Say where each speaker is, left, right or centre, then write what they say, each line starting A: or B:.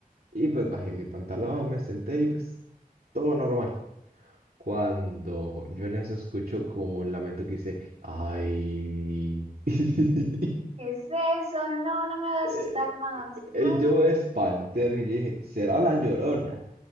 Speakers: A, on the right; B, on the right.
A: y pues bajé mi pantalón, me senté y pues todo normal. Cuando yo en eso escucho como un lamento que dice, ay. <laughs>
B: ¿Qué es eso? No, no me hagas
A: Eh,
B: asustar más. No,
A: Y yo me espanté y dije, ¿será la Llorona?